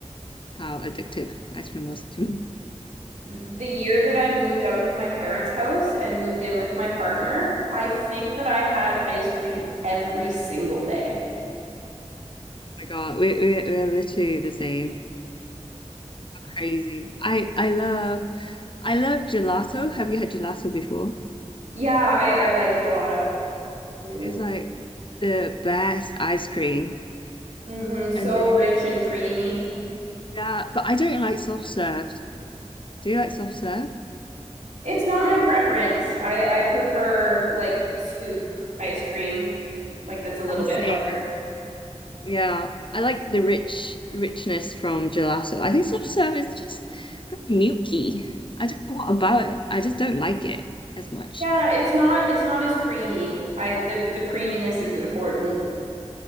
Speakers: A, on the left; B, on the right.
A: how addictive ice cream was to me. Oh
B: The year that I moved out of my parents' house and moved in with my partner, I think that I had ice cream every single day.
A: my God, we we we're literally the same. Crazy. I I love I love gelato. Have you had gelato before?
B: Yeah, I, I like gelato. I do.
A: It's like the best ice cream.
B: hmm So
A: And then
B: rich and creamy.
A: yeah, but I don't like soft served. Do you like soft served?
B: It's not my preference. I, I prefer like scoop ice cream. Like that's a little
A: The
B: bit
A: same.
B: harder.
A: Yeah, I like the rich richness from gelato. I think soft serve is just very milky. I don't know what about it. I just don't like it as much.
B: Yeah, it's not it's not as creamy. I the, the creaminess is important.